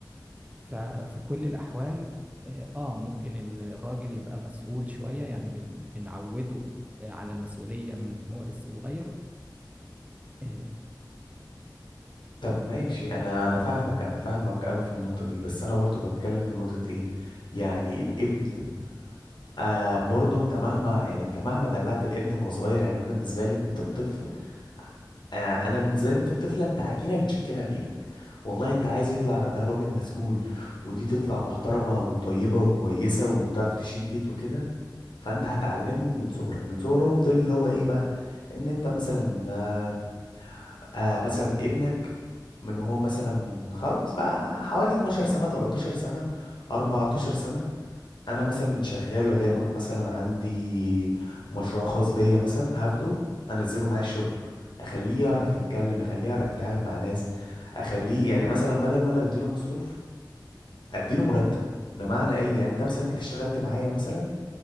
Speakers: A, on the right (about 20°); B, on the left (about 80°).
A: ففي كل الاحوال اه آه، ممكن ال- الراجل يبقى مسؤول شويه يعني بن- بنعوده آه، على المسؤوليه من هو لسه صغير آه،
B: طب
A: اتفضل
B: ماشي انا انا فاهمك انا فاهمك قوي في النقطة دي بس انا برضو بتكلم في نقطة ايه يعني الابن آه برضه انت مهما يعني انت مهما دلعت الابن وهو صغير يعني انا بالنسبه لي انت الطفل آه انا بالنسبه لي انت الطفله انت عجينه بتشكلها بايدك والله انت عايز يطلع ده راجل مسؤول ودي تطلع محترمه وطيبه وكويسه وتعرف تشيل بيت وكده فانت هتعلمهم من صغرك من صغرهم دول اللي هو ايه بقى ان انت مثلا آه آه، مثلا ابنك من هو مثلا خلاص بقى حوالي 12 سنه 13 سنه 14 سنه انا مثلا شغال وليكن مثلا عندي مشروع خاص بيا مثلا هاخده انزله معايا الشغل اخليه يعرف يتكلم اخليه يعرف يتعامل مع ناس اخليه يعني مثلا بدل ما انا بديله مصروف اديله مرتب بمعنى ايه يعني انت مثلا جيت اشتغلت معايا مثلا